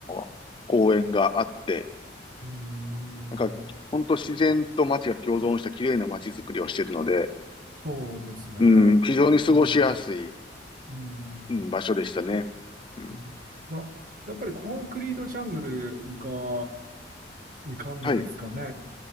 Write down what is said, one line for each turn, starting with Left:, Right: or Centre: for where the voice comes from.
Left: ー公園があって、
Right: うん
Left: なんか、本当自然と街が共存した綺麗な街づくりをしているので、
Right: そうですね。
Left: うん、非常に過ごしやすい、
Right: うん、うん、
Left: うん、場所でしたね。うん、
Right: うんな、やっぱりコンクリートジャングルがいかんのですかね。
Left: はい、